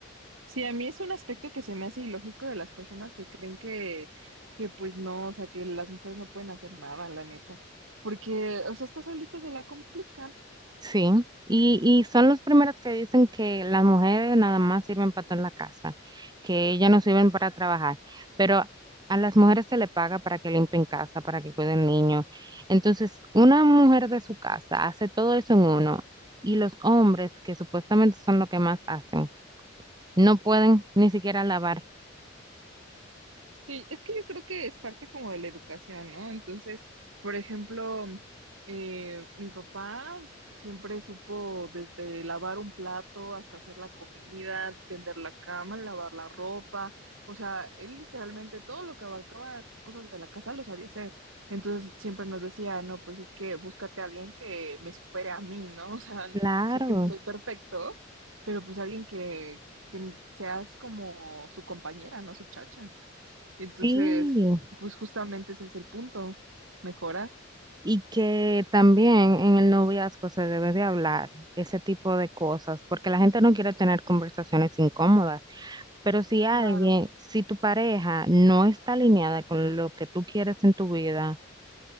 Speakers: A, on the right; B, on the right.
A: Sí, a mí es un aspecto que se me hace ilógico de las personas que creen que, que pues no, o sea, que las mujeres no pueden hacer nada, la neta. Porque, o sea, estas solitas se la complican.
B: Sí, y, y son los primeros que dicen que las mujeres nada más sirven para estar en la casa, que ellas no sirven para trabajar, pero a las mujeres se le paga para que limpien casa, para que cuiden niños. Entonces, una mujer de su casa hace todo eso en uno y los hombres, que supuestamente son lo que más hacen, no pueden ni siquiera lavar.
A: Sí, es que yo creo que es parte como de la educación, ¿no? Entonces, por ejemplo, eh, mi papá siempre supo desde lavar un plato hasta hacer la comida, tender la cama, lavar la ropa, o sea, él literalmente todo lo que abarcaba cosas de la casa lo sabía hacer. Entonces, siempre nos decía, no, pues es que búscate a alguien que me supere a mí, ¿no? <laughs> O sea,
B: Claro,
A: sé que no soy perfecto, pero pues alguien que, que seas como su compañera, ¿no? Su chacha. Entonces,
B: sí.
A: pues justamente ese es el punto, mejorar.
B: Y que también en el noviazgo se debe de hablar ese tipo de cosas, porque la gente no quiere tener conversaciones incómodas, pero si alguien,
A: Claro,
B: si tu pareja no está alineada con lo que tú quieres en tu vida,